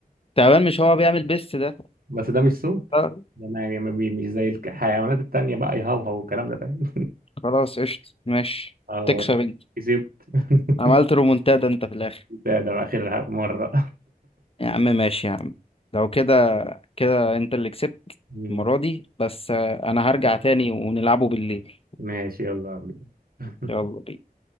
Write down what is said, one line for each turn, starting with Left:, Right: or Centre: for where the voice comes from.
Left: تعبان مش هو بيعمل بيست ده
Right: بس ده مش صوت
Left: آه،
Right: ده ما يعني ما بي- مش زي الك- الحيوانات التانية بقى يهوهو والكلام ده فاهم
Left: خلاص قشطة ماشي
Right: <laughs> اه
Left: تكسب أنت
Right: كسبت <laughs>
Left: عملت رومونتادا أنت في الآخر
Right: ده ده بقى آخر مرة
Left: يا عم ماشي يا عم لو كده كده أنت اللي كسبت
Right: <laughs>
Left: المرة دي بس آه، أنا هرجع تاني ونلعبه بالليل
Right: ماشي يلا بينا.
Left: يلا بينا